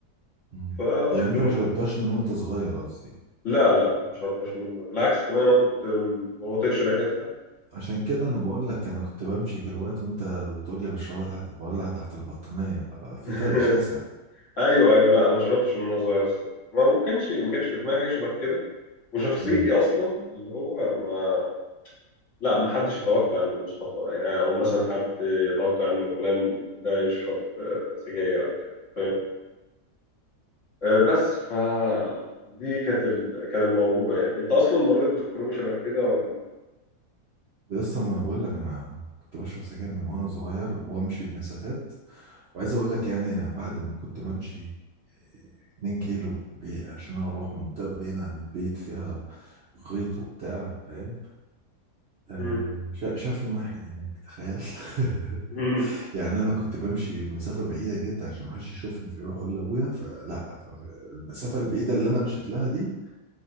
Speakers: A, on the right (about 55°); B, on the left (about 50°).
A: امم
B: فقلت
A: يعني انت ما
B: له
A: شربتهاش من وانت صغير قصدي
B: لا لا مش شربتهاش من وأنا- بالعكس كمان انا كنت م- ما بطيقش ريحتها
A: عشان كده انا بقول لك انا كنت بمشي كيلوات وانت بتقول لي بشربها تحت بولع تحت البطانية ففي
B: <laughs>
A: فرق شاسع
B: ايوه ايوه لا انا ما شربتش من وانا صغير الصراحه ما ما كانش ما كانش في دماغي حاجه شبه كده وشخصيتي
A: امم
B: اصلا اللي هو ما لا ما حدش يتوقع ان مصطفى يعني او مثلا حد يتوقع ان فلان ده يشرب آه، سجاير او كده فاهم آه، بس ف دي كانت ال... كان الموضوع يعني انت اصلا مريت بتجربه شبه كده ولا
A: ده لسه ما انا بقول لك انا كنت بشرب سجاير من وانا صغير وامشي بمسافات وعايز اقول لك يعني انا بعد ما كنت بمشي 2 كيلو بي عشان اروح منطقة بعيدة عن البيت فيها غيط وبتاع فاهم آه،
B: مم.
A: شا- شافني واحد هناك تخيل <laughs>
B: <laughs>
A: يعني انا كنت بمشي مسافه بعيده جدا عشان ما حدش يشوفني فيروح اقول لابويا فلا ف- ف- المسافه البعيده اللي انا مشيت لها دي